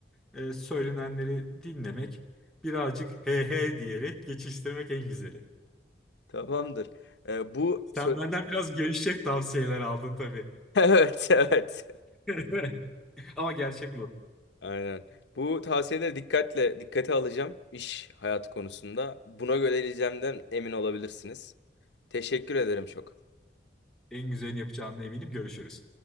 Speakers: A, in the centre; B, on the left.
A: e, söylenenleri dinlemek, birazcık he he diyerek geçiştirmek en güzeli.
B: Tamamdır. Ee, bu
A: Sen
B: sö-
A: benden biraz gevşek tavsiyeler aldın tabii.
B: <laughs> Evet, evet.
A: <laughs> Ama gerçek bu.
B: Aynen. Bu tavsiyeleri dikkatle dikkate alacağım iş hayatı konusunda. Buna göre geleceğimden emin olabilirsiniz. Teşekkür ederim çok.
A: En güzelini yapacağına eminim. Görüşürüz.